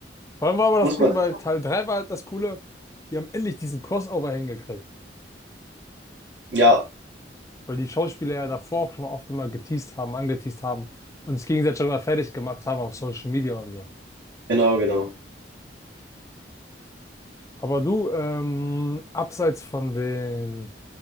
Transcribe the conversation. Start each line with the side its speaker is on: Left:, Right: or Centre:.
Left: Vor allem war aber das
Right: Muss
Left: Ding
Right: man.
Left: bei Teil 3 war halt das Coole, die haben endlich diesen Crossover hingekriegt,
Right: Ja,
Left: weil die Schauspieler ja davor auch schon oft immer geteased haben, angeteased haben und es gegenseitig immer fertig gemacht haben auf Social Media und so.
Right: genau, genau.
Left: Aber du, ähm, abseits von den